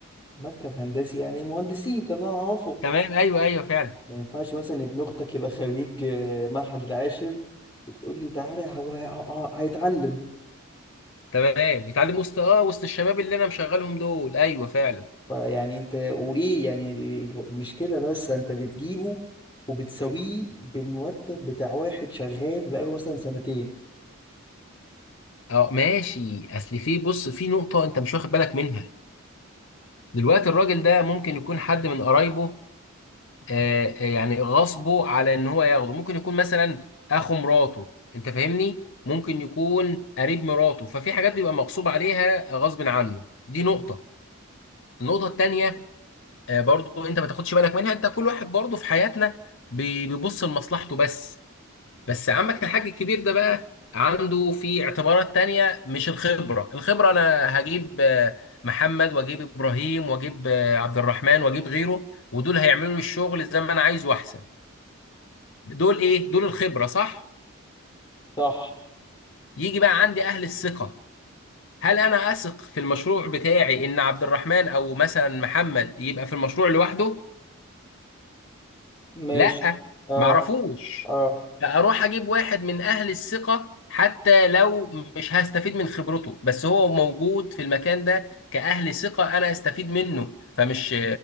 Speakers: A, on the left; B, on the left.
A: مكتب هندسي يعني مهندسين ده اللي انا اعرفه
B: تمام ايوه ايوه فعلا
A: ما ينفعش مثلا ابن اختك يبقى خريج آه، معهد العاشر وتقول لي تعالى هو ه- ه- هيتعلم
B: تمام بيتعلم وسط اه وسط الشباب اللي انا مشغلهم دول ايوه فعلا
A: فيعني انت وايه يعني ال- المشكله بس انت بتجيبه وبتساويه بالمرتب بتاع واحد شغال بقاله مثلا سنتين
B: اه ماشي اصل في بص في نقطه انت مش واخد بالك منها دلوقتي الراجل ده ممكن يكون حد من قرايبه آه، آه، يعني غصبه على ان هو ياخده ممكن يكون مثلا اخو مراته انت فاهمني ممكن يكون قريب مراته ففي حاجات بيبقى مغصوب عليها غصب عنه دي نقطة النقطة التانية آه، برضو انت ما تاخدش بالك منها انت كل واحد برضو في حياتنا بي- بيبص لمصلحته بس بس عمك الحاج الكبير ده بقى عنده في اعتبارات تانية مش الخبرة الخبرة انا هجيب آه، محمد واجيب ابراهيم واجيب آه، عبد الرحمن واجيب غيره ودول هيعملوا لي الشغل زي ما انا عايزه احسن دول ايه دول الخبرة صح
A: صح
B: يجي بقى عندي اهل الثقة هل انا اثق في المشروع بتاعي ان عبد الرحمن او مثلا محمد يبقى في المشروع لوحده
A: ماشي
B: لا
A: اه
B: معرفوش
A: اه
B: فاروح اجيب واحد من اهل الثقه حتى لو مش هستفيد من خبرته بس هو موجود في المكان ده كاهل ثقه انا استفيد منه فمش